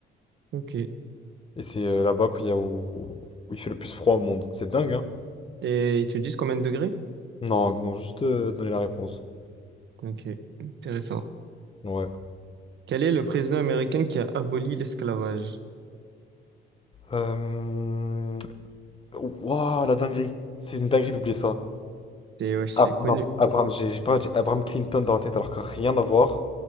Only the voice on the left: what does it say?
Et c'est euh, là-bas qu'il y a où... où il fait le plus froid au monde. C'est dingue, hein?
Non, non, juste euh, donner la réponse.
Ouais.
Euh... Waouh, la dinguerie. C'est une dinguerie d'oublier ça.
Ah,
non, Abraham, j'ai j'ai pas, j'ai Abraham Clinton dans la tête alors que rien à voir.